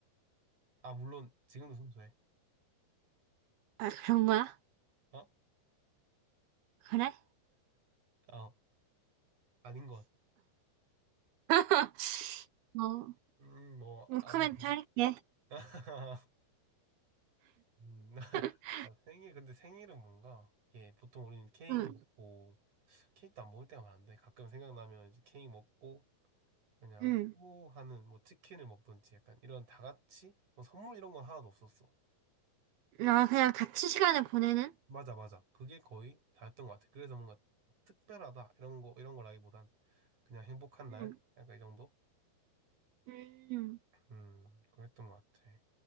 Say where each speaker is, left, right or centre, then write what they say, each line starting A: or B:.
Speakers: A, on the right (about 45°); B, on the right (about 75°).
A: 아, 물론 지금도 순수해.
B: 아, 그런 거야?
A: 어?
B: 그래?
A: 어, 아닌 것 같아.
B: <laughs> 어,
A: 음, 뭐,
B: 뭐
A: 아무튼.
B: 코멘트 할게.
A: <laughs> 음, <laughs>
B: <laughs>
A: 아, 생일, 근데 생일은 뭔가, 이게 보통 우리는 케이크
B: 응.
A: 먹고, 케이크도 안 먹을 때가 많은데, 가끔 생각나면 이제 케이크 먹고, 그냥,
B: 응.
A: 오 하는 뭐 치킨을 먹던지 약간 이런 다 같이, 뭐 선물 이런 건 하나도 없었어.
B: 아, 그냥 같이 시간을 보내는?
A: 맞아, 맞아. 그게 거의 다였던 것 같아. 그래서 뭔가 특별하다, 이런 거, 이런 거라기보단 그냥 행복한 날?
B: 응.
A: 약간 이 정도?
B: 음.
A: 음, 그랬던 것 같아.